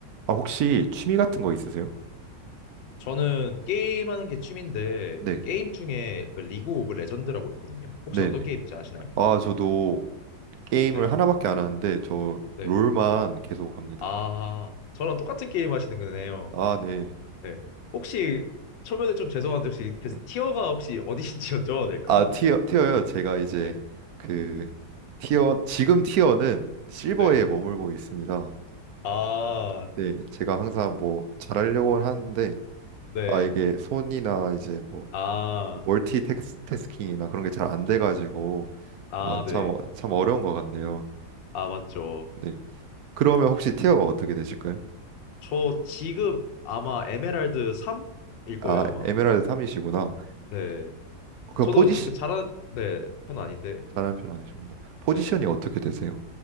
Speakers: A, on the right (about 65°); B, on the left (about 75°).
A: 아, 혹시 취미 같은 거 있으세요?
B: 저는 게임하는 게 취미인데
A: 네,
B: 그 게임 중에 그 리그 오브 레전드라고 있거든요. 혹시
A: 네네.
B: 어떤 게임인지 아시나요?
A: 아, 저도 게임을
B: 네,
A: 하나밖에 안 하는데, 저
B: 네.
A: 롤만 계속 합니다.
B: 아, 저랑 똑같은 게임 하시는 거네요.
A: 아, 네.
B: 네. 혹시 초면에 좀 죄송한데 혹시 그
A: 네.
B: 티어가 혹시 어디신지 <laughs> 여쭤봐도 될까요?
A: 아, 티어, 티어요. 제가 이제
B: 네,
A: 그 티어, 지금 티어는 실버에
B: 네.
A: 머물고 있습니다.
B: 아,
A: 네, 제가 항상 뭐 잘하려고 하는데,
B: 네.
A: 아, 이게 손이나 이제 뭐
B: 아,
A: 멀티태스킹이나 그런 게 잘 안 돼가지고,
B: 아,
A: 아,
B: 네.
A: 참, 어- 참 어려운 것 같네요.
B: 아, 맞죠.
A: 네. 그러면 혹시 티어가 어떻게 되실까요?
B: 저 지금 아마 에메랄드 3일 거예요,
A: 아,
B: 아마.
A: 에메랄드 3이시구나.
B: 네.
A: 그럼
B: 저도
A: 포지션
B: 그렇게 잘한 네, 편은 아닌데.
A: 잘하는 편 아니시구나. 포지션이
B: 네.
A: 어떻게 되세요?